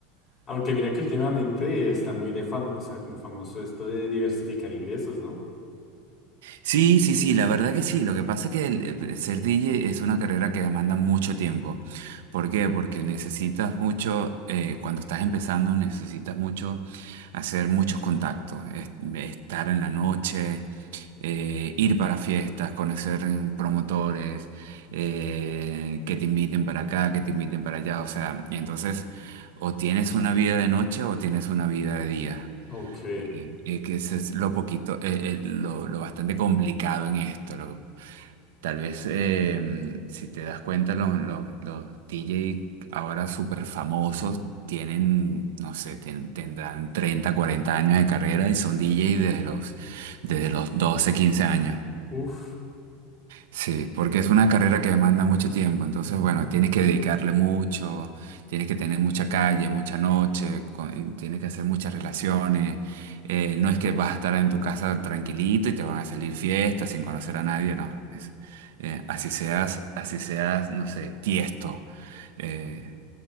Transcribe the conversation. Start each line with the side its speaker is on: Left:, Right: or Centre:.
Left: Aunque mira que últimamente está muy de fam, o sea, como famoso esto de diversificar ingresos, ¿no?
Right: Sí, sí, sí, la verdad que sí. Lo que pasa es que el- eh, ser DJ es una carrera que demanda mucho tiempo. ¿Por qué? Porque necesitas mucho, eh, cuando estás empezando, necesitas mucho hacer muchos contactos, es- estar en la noche, eh, ir para fiestas, conocer mm, promotores, eh, que te inviten para acá, que te inviten para allá. O sea, y entonces o tienes una vida de noche o tienes una vida de día
Left: Ok.
Right: eh, eh, que ese es lo poquito, eh, eh, lo, lo bastante complicado en esto. lo- tal vez eh, si te das cuenta, los, los, los DJ ahora súper famosos tienen, no sé, ten- tendrán 30 40 años de carrera y son DJ desde los, desde los 12 15 años.
Left: Uf.
Right: Sí, porque es una carrera que demanda mucho tiempo, entonces bueno, tienes que dedicarle mucho, tienes que tener mucha calle, mucha noche, con- eh, tienes que hacer muchas relaciones, eh, no es que vas a estar en tu casa tranquilito y te van a salir fiestas sin conocer a nadie, no, es- eh, así seas, así seas, no sé, tiesto, eh,